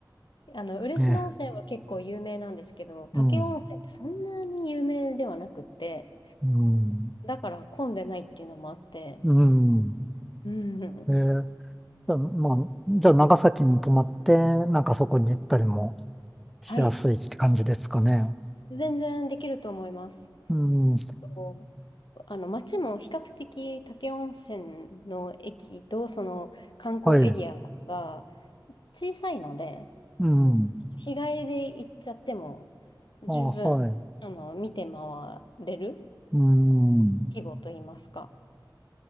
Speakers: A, on the left; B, in the centre.
A: あの、嬉野温泉は結構有名なんですけど、
B: ね、
A: 武雄温泉ってそんなに有名ではなくって、
B: うん、うん、
A: だから混んでないっていうのもあって、
B: うん。
A: うん。
B: えーじゃあ、まあ、じゃあ長崎に泊まって、なんかそこに行ったりもしやすいって感じですかね。
A: はい。全然できると思います。
B: うん、
A: とあの、街も比較的武雄温泉の駅とその観光エリアが
B: はい、
A: 小さいので、
B: うん、
A: 日帰りで行っちゃっても十分、
B: あ、はい、
A: あの、見て回れる、
B: うん。
A: あの、規模といいますか。